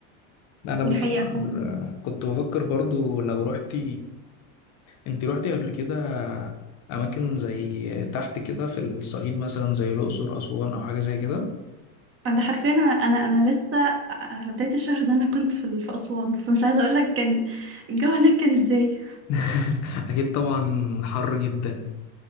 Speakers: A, on the left; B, on the right.
A: أنا بفكر
B: دي حقيقة فعلا.
A: كنت بفكر برضو لو رحت انت روحتي قبل كده اماكن زي تحت كده في الصعيد مثلا زي الاقصر اسوان او حاجه زي كده
B: أنا حرفيا أنا أنا أنا لسه على بداية الشهر ده أنا كنت في ال- في أسوان فمش عايزة أقول لك كان الجو هناك كان إزاي
A: <laughs> اكيد طبعا حر جدا